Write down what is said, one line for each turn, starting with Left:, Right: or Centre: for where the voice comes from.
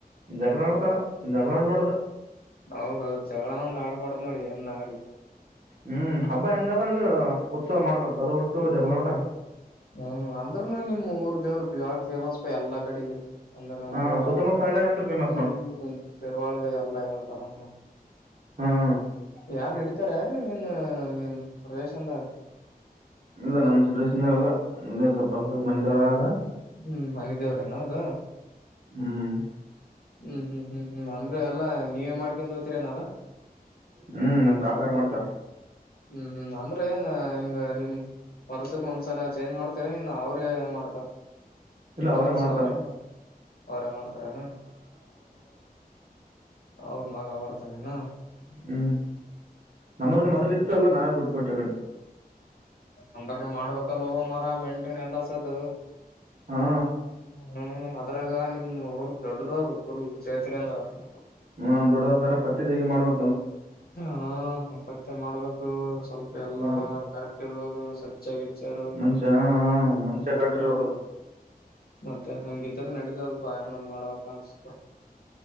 Right: ಜಗಳ ಆಡ್ತಾರೆ ಜಗಳ ಆಡಬಾರದು
Left: ಹೌದೌದು ಜಗಳ ಒಂದ ಆಡಬಾರ್ದ ನೋಡ ಏನ್ ಆಗ್ಲಿ.
Right: ಹ್ಮ್ ಅಬ್ಬಾ ಹೆಂಗಾದ ಅಂಗ ಇರು. ಉತ್ಸವ ಮಾಡ್ಬೇಕು. ಅದು ಬಿಟ್ಟು
Left: ಹ್ಮ್
Right: ಜಗಳ ಆಡ್ತಾರ
Left: ಹ್ಮ್ ಅಂದ್ರೂನು ನಿಮ್ಮ್ ಊರ್ <unintelligible> ಬಾಳ್ ಫೇಮಸಪಾ ಎಲ್ಲಾ ಕಡೆಗೆ. ಒಂದನಪೂರ
Right: ಹಾ ಸುತ್ತಮುತ್ತ ಹಳ್ಳ್ಯಾಗ ಅಂತ್ರ ಫೇಮಸ್
Left: ಹ್ಮ
Right: ನೋಡ್
Left: ಶೇರ್ವಾಳ್ದೇ ಎಲ್ಲಾ ಹೇಳ್ತಾರ ಒಂದ.
Right: ಹ್ಮ್
Left: ಯಾರ್ <unintelligible>
Right: ಇಲ್ಲ
Left: ದೇವ್ರು
Right: ನಮ್ ಜನ್ರೇಷನ್ದಾಗಲ್ಲ. ಮುಂದೆ ಸಬ್ <unintelligible>
Left: ಹ್ಮ್ ಮನೆ ದೇವ್ರೇನ ಅದ.
Right: ಹ್ಮ್
Left: ಹ್ಮ್ ಹ್ಮ ಹ್ಮ್ ಹ್ಮ್ ಅಂದ್ರೆ ಎಲ್ಲಾ ನೀವೇ ಮಾಡ್ಕೊಂಡ ಓತೀರೇನಲ್ಲಾ.
Right: ಹ್ಮ್ ನಮ್ ಕಾಕಾರ್ ಮಾಡ್ತಾರ.
Left: ಹ್ಮ್ ಹ್ಮ್ ಅಂದ್ರೆ ಏನ್ ಹಿಂಗ ನಿಮ್ ವರ್ಷಕ್ ಒಂದ್ಸಲ ಚೇಂಜ್ ಮಾಡ್ತಾರ ಏನ್ ಅವ್ರೇ ಮಾಡ್ತಾರ.
Right: ಇಲ್ಲ
Left: ಒಂದ್
Right: ಅವರೇ
Left: ವರ್ಷ
Right: ಮಾಡ್ತಾರ್.
Left: ಅವ್ರೇನ್ ಅವ್ರೇ ಮಾಡ್ತಾರನ ಅವ್ರ ಮಗ ಅವ್ ಬರ್ತಾನನ್.
Right: ಹ್ಮ್ ನಮಗನು ಮೊದಲಿತ್ತು.
Left: ಹ್ಮ್
Right: ಎಲ್ಲ ನಾವ್ ಬಿಟ್ಟುಕೊಟ್ಟಗಡೆ.
Left: ಅಂದರ್ನ ಮಾಡ್ಬೇಕಲ್ ಮಾರಾಯ ಮೆಂಟೇನಸ್ ಎಲ್ಲ ಸದ.
Right: ಹಾ
Left: ಹ್ಮ್ ಅದ್ರಾಗ ನಿಮ್ ಊರ್ ದೊಡ್ಡದ ಊರ್ <unintelligible>
Right: ಹ್ಮ್ ದೊಡ್ಡದ ಆತರ ಪತ್ತೆತೆಗಿ ಮಾಡುವ
Left: ಹಾ ಪತ್ತೆ ಮಾಡ್ಬೇಕು ಇವರ್ ಸ್ವಲ್ಪ
Right: ಪತ್ತೆ
Left: ಎಲ್ಲಾ
Right: ಮಾಡ್ಬೇಕು
Left: ಕರೆಕ್ಟ್ ಇರ್ಬೇಕ. <unintelligible> ಹೆಚ್ಚಾಗಿ ಚಿರಾಡೋದು
Right: ಮನುಷ್ಯ ಹಾ, ಹಾ, ಮನುಷ್ಯ
Left: ಹ್ಮ
Right: ಕರೆಕ್ಟ್ ಇರ್ಬೇಕ ಅದಕ್
Left: ಮತ್ತೆ ಹಂಗಿತರ ನಡಿ ಹಂಗ್ ಇರ್ತದಪಾ ಏನ್ ಮಾಡುನು. ಮಾಡ್ಬೇಕ್ ಅನಸ್ತದ.